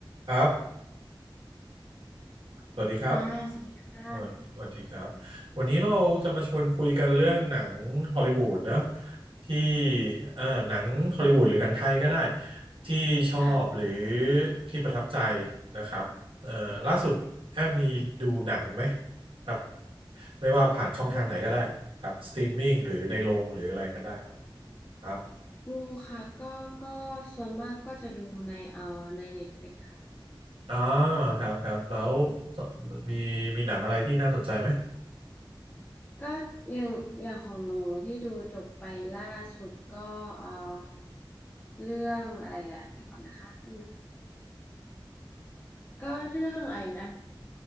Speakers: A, on the right; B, on the left.
A: ครับ สวัสดีครับ
B: ค่ะสวัสดีค่ะ
A: สวัสดีสวัสดีครับวันนี้เราจะมาชวนคุยกันเรื่องหนังฮอลลีวูดเนอะที่เอ่อหนังฮอลลีวูดหรือหนังไทยก็ได้ที่ชอบหรือ
B: ค่ะ
A: ที่ประทับใจนะครับเอ่อล่าสุดแอมมีดูหนังไหมครับไม่ว่าผ่านช่องทางไหนก็ได้ครับสตรีมมิ่งหรือในโรงหรืออะไรก็ได้ครับ
B: ดู
A: ครับ
B: ดูค่ะก็ก็ส่วนมากก็จะดูในเอ่อใน Netflix ค่ะ
A: อ่าครับครับ แล้วมีมีหนังอะไรที่น่าสนใจไหม
B: ก็อย่างอย่างของหนูที่ดูจบไปล่าสุดก็เอ่อเรื่องอะไรอ่ะเดี๋ยวก่อนนะคะแป๊บนึงค่ะก็เรื่องอะไรนะ